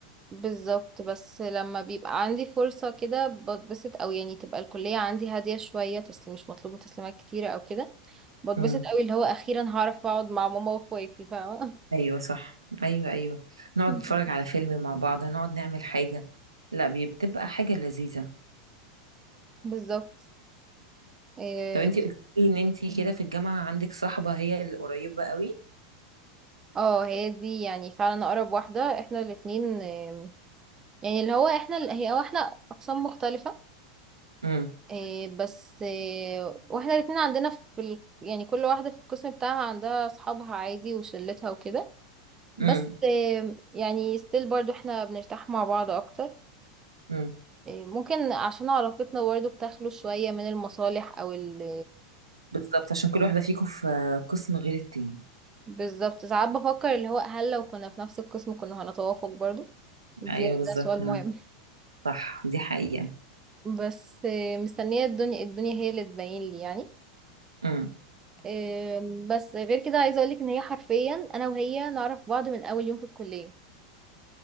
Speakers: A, on the right; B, on the right.
A: بالظبط بس لما بيبقى عندي فرصة كده بتبسط أو يعني تبقى الكلية عندي هادية شوية تسليم مش مطلوبة تسليمات كتيرة أو كده بتبسط
B: امم
A: أوي اللي هو أخيرا هعرف أقعد مع ماما وأخواتي فاهمة
B: ايوه صح ايوه ايوه نقعد
A: <laughs>
B: نتفرج على فيلم مع بعض نقعد نعمل حاجه لا بي- بتبقى حاجه لذيذه
A: بالظبط إيه
B: طب انتي
A: بس
B: قلتي لي ان انتي كده في الجامعه عندك صاحبه هي القريبه قوي
A: اه هي دي يعني فعلا أقرب واحدة احنا الاتنين آم، يعني اللي هو احنا ال- هي هو احنا أقسام مختلفة
B: امم
A: إيه بس إيه واحنا الاتنين عندنا في ال... يعني كل واحدة في القسم بتاعها عندها أصحابها عادي وشلتها وكده بس
B: امم
A: آم، يعني ستيل برضو احنا بنرتاح مع بعض اكتر
B: امم
A: آه، ممكن عشان علاقتنا برضو بتخلو شوية من المصالح او ال
B: بالظبط عشان كل واحده فيكم في قسم غير التاني
A: بالظبط ساعات بفكر اللي هو هل لو كنا في نفس القسم كنا هنتوافق برضو دي
B: ايوه بالظبط
A: ده سؤال مهم
B: صح دي حقيقة
A: بس آه، مستنية الدنيا الدنيا هي اللي تبين لي يعني
B: امم
A: آم، بس غير كده عايزة اقولك ان هي حرفيا انا وهي نعرف بعض من اول يوم في الكلية